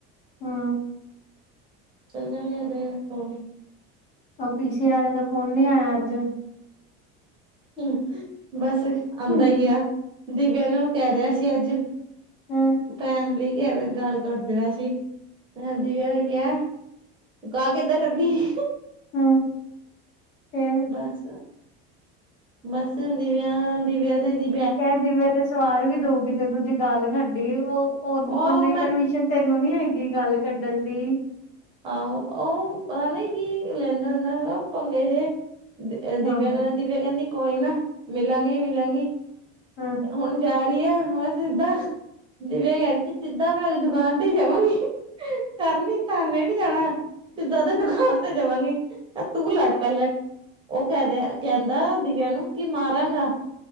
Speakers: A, on the left; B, on the right.
A: ਹੂੰ।
B: ਚੱਲ ਜਾਂਗੇ ਓਦੇ ਕੋਲ ਈ।
A: ਓ ਪੀ ਸੀੇ ਆਲੇ ਦਾ ਫੋਨ ਨੀ ਆਇਆ ਆੱਜ।
B: ਹੂੰ ਬਸ ਆਂਦਾ
A: ਹੂੰ
B: ਈ ਆ, ਦਿਵਿਆ ਨੂੰ ਕੈ ਰਿਆ ਸੀ ਆੱਜ।
A: ਹੂੰ
B: ਭੈਣ ਲਈ ਕੈਰੇਆ ਗਾਲ ਕੱਢ ਰੇਆ ਸੀ। ਦਿਵਿਆ ਨੈ ਕਿਐ ਗਾਲ ਕਿੱਦਾਂ ਕੱਢੀ।
A: ਹੂੰ ਫੇਰ
B: ਬੱਸ ਮਸਾ ਦਿਵਿਆਂ ਦਿਵਿਆ ਤੇ ਏਦੀ।
A: ਕੈ ਦਿਵਿਆ ਤੇ ਸਵਾਰ ਵੀ ਦਊਗੀ ਤੈਨੂੰ ਜੇ ਗਾਲ ਕੱਢੀਏ ਓ ਓਨੇ
B: ਉਹ ਮੈਂ
A: ਪਰਮਿ ਸ਼ਨ, ਤੈਨੂੰ ਨੀ ਹੈਗੀ ਗੱਲ ਕੱਢਣ ਦੀ।
B: ਆਹੋ ਓ ਪਤਾ ਨੀ ਕੀ ਲੈਂਦਾ ਹੁੰਦਾ ਹੈਗਾ ਪੰਗੇ ਜੇ। ਅ ਦਿਵਿਆ
A: ਹਾਂ
B: ਕ ਦਿਵਿਆ ਕੈਂਦੀ ਕੋਈ ਨਾ ਮਿਲਾਂਗੀ ਮਿਲਾਂਗੀ।
A: ਹੂੰ
B: ਹੁਣ ਜਾ ਰੀ ਆ ਐ ਸਿੱਧਾ ਦਿਵਿਆ ਕੈ ਦੀ ਸੀ ਸਿੱਧਾ ਮੈਂ ਓਦੀ ਦੁਕਾਨ ਤੇ ਈ ਜਾਵਾਂਗੀ। ਤਰਨੀ ਤਾਨੇ‌। ਮੈਂ ਨੀ ਜਾਣਾ ਸਿੱਧਾ ਓਦੇ ਦੁਕਾਨ ਤੇ ਜਾਵਾਂਗੀ, ਤੂੰ ਲੜ ਪੈਲੇ। ਓ ਕੈ ਰਿਆ ਕੈਂਦਾ ਦਿਵਿਆਂ ਨੂੰ ਕਿ ਮਾਰਾਂਗਾ।